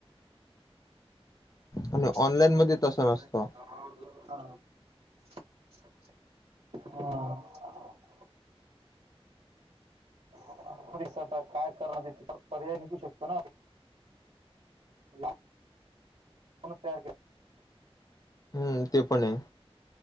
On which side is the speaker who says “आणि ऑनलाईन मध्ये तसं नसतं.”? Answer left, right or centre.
Left